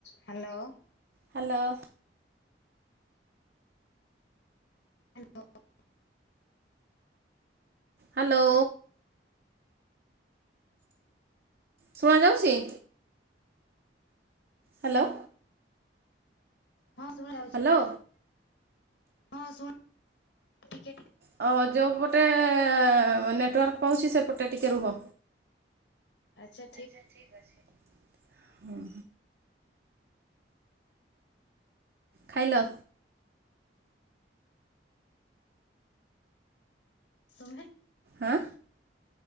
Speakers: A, on the left; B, on the right.
A: Hello.
B: Hello.
A: Hello.
B: Hello. ଶୁଣାଯାଉଛି। Hello.
A: ହଁ ଶୁଣା ଯାଉଛି।
B: ହ୍ୟାଲୋ
A: ହଁ ଶୁଣ ଟିକେ ଟିକେ।
B: ହଉ ଯେଉଁ ପଟେ ନେଟୱାର୍କ ପାଉଛି ସେପଟେ ଟିକିଏ ରୁହ।
A: ଆଚ୍ଛା
B: ଠିକ ଅଛି ହୁଁ। ଖାଇଲ।
A: ତୁମେ?
B: ହାଁ।